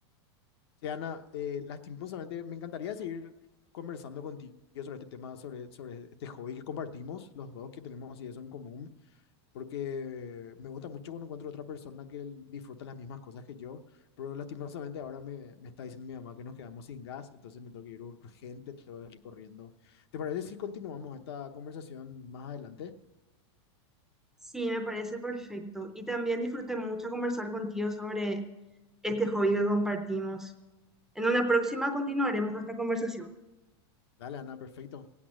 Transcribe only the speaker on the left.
Sí, Ana, eh, lastimosamente me encantaría seguir conversando contigo sobre este tema, sobre, sobre este hobby que compartimos los dos, que tenemos así eso en común. porque me gusta mucho cuando encuentro otra persona que disfruta las mismas cosas que yo, pero lastimosamente ahora me, me está diciendo mi mamá que nos quedamos sin gas, entonces me tengo que ir urgente, tengo que ir corriendo. ¿Te parece si continuamos esta conversación más adelante?
Dale, Ana, perfecto.